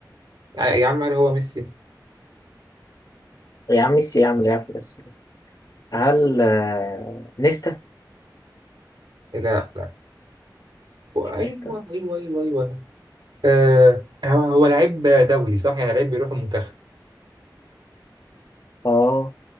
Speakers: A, on the right; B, on the left.
A: يا يا عم هل هو ميسي
B: يا عم ميسي يا عم لعب في بس هل آه، نيستا
A: لا لا هو-
B: مش
A: ايوه
B: نيستا
A: ايوه ايوه ايوه آه هو هو لعيب دولي صح يعني لعيب بيروح المنتخب
B: اه